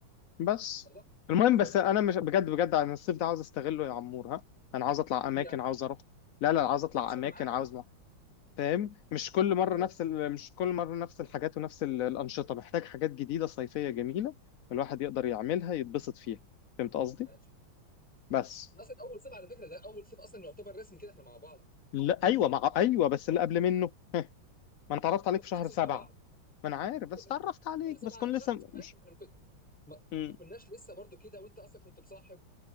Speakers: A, on the left; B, in the centre.
A: بس
B: خلاص
A: المهم
B: زي الفل
A: بس انا مش بجد بجد انا الصيف ده عاوز استغله يا عمور ها انا عاوز اطلع
B: دي
A: اماكن
B: يعني
A: عاوز اروح لا لا عاوز اطلع
B: ماشي
A: اماكن
B: انا معاك
A: عاوز فاهم مش كل مره
B: انا معاك
A: نفس ال... مش كل مره نفس الحاجات ونفس ال- الانشطه محتاج حاجات جديده صيفيه جميله الواحد يقدر يعملها يتبسط فيها فهمت قصدي
B: ماشي
A: بس
B: احنا اصلا اول صيف على فكره ده اول صيف اصلا يعتبر رسمي كده احنا مع بعض
A: لا ايوه مع ايوه بس اللي قبل منه ما انا اتعرفت
B: يا ابني
A: عليك
B: ما كناش
A: في شهر
B: اصلا
A: سبعة
B: مع بعض
A: ما انا عارف
B: ما
A: بس
B: كناش
A: اتعرفت عليك
B: شهر سبعه
A: بس كنت
B: شهر
A: لسه
B: ماشي
A: مش
B: ما احنا ما كن- ما-
A: مم.
B: ما كناش لسه برضو كده وانت اصلا كنت مصاحب